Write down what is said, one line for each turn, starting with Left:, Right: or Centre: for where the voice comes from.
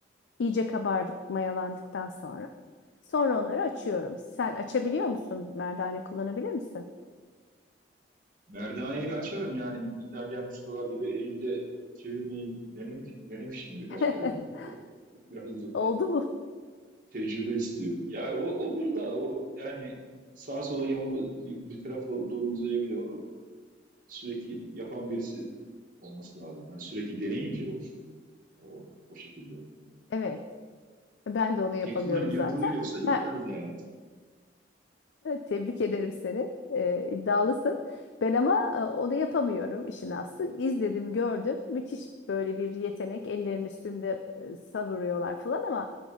Left: İyice kabardık, mayalandıktan sonra. Sonra
Right: Evet.
Left: onları açıyorum. Sen açabiliyor musun? Merdane kullanabilir misin?
Right: Merdaneyle açarım yani İtalyan ustalar gibi elimde çevirmeyi denemiş, denemiştim birkaç
Left: <laughs>
Right: kere. de. <laughs> O Biraz E,
Left: Oldu mu?
Right: tecrübe istiyor. Ya o olur da o yani sağa sola yamalı bir tarafa doğru uzayabilir. Onu sürekli yapan birisi olması lazım. Hani sürekli deneyince olur. O, o şekilde.
Left: Evet. Ben de onu yapamıyorum
Right: Yırtılır, yırtılır
Left: zaten.
Right: yoksa yırtarız
Left: Ben,
Right: yani biz.
Left: Tebrik ederim seni. Ee, iddialısın. Ben ama e, onu yapamıyorum işin aslı. İzledim, gördüm. Müthiş böyle bir yetenek. Ellerin üstünde e, savuruyorlar falan ama